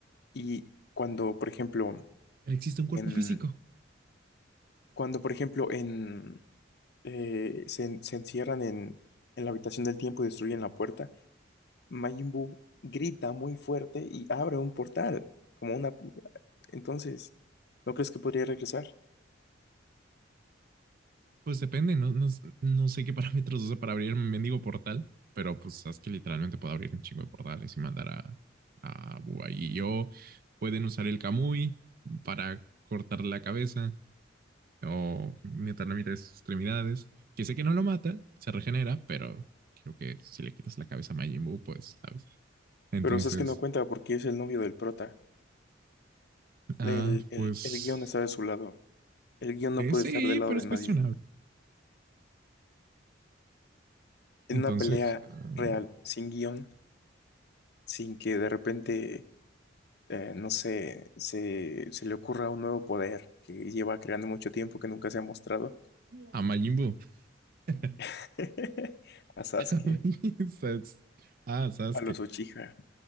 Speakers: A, on the left (about 55°); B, on the right (about 50°).
A: Y cuando, por ejemplo,
B: Existe un cuerpo
A: en,
B: físico.
A: cuando, por ejemplo, en, eh, se, en- se encierran en, en la habitación del tiempo y destruyen la puerta, Majin Buu grita muy fuerte y abre un portal, como una... Entonces, ¿no crees que podría regresar?
B: Pues depende, no, no, no sé qué <laughs> parámetros usa para abrir un mendigo portal, pero pues sabes que literalmente puedo abrir un chingo de portales y mandar a, a Bua y yo. Pueden usar el Kamui para cortar la cabeza o meter la mitad de sus extremidades. Que sé que no lo mata, se regenera, pero creo que si le quitas la cabeza a Majin Buu, pues, ¿sabes? Entonces,
A: Pero sabes que no cuenta porque es el novio del prota.
B: ah,
A: El, el,
B: pues
A: el guión está de su lado. El guión no
B: eh,
A: puede
B: sí,
A: estar del lado
B: pero
A: de
B: es
A: nadie.
B: cuestionable.
A: En
B: Entonces,
A: una pelea
B: ah,
A: real, sin guión, sin que de repente, eh, no sé, se, se le ocurra un nuevo poder que lleva creando mucho tiempo que nunca se ha mostrado
B: a Majin Buu. <laughs>
A: <laughs> a Sasuke,
B: <laughs> Sas- Ah, Sasuke.
A: a los Uchiha.